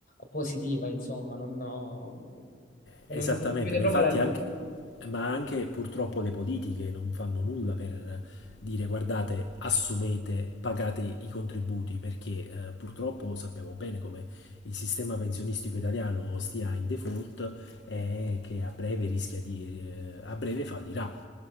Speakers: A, on the left (about 50°); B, on the left (about 75°).
A: positiva, insomma, non, ho- non,
B: Esattamente,
A: non si vede
B: ma
A: proprio
B: infatti
A: la luce
B: anche, ma anche purtroppo le politiche non fanno nulla per dire guardate, assumete, pagate i contributi, perché eh, purtroppo sappiamo bene come il sistema pensionistico italiano stia in default e che a breve rischia di, eh, a breve fallirà.